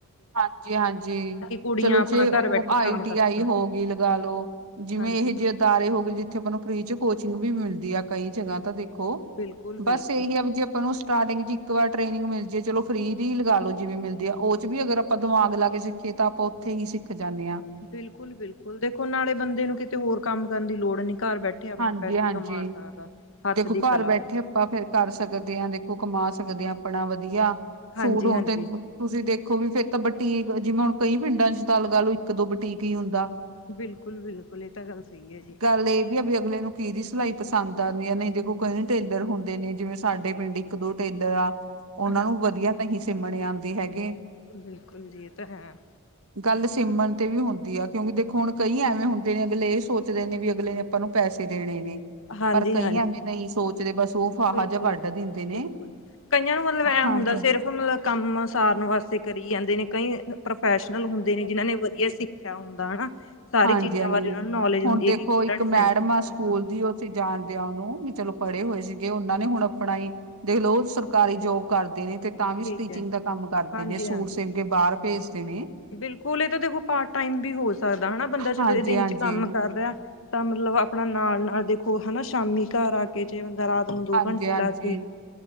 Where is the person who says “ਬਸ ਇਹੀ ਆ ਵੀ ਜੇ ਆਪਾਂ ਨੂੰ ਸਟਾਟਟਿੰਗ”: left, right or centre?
Right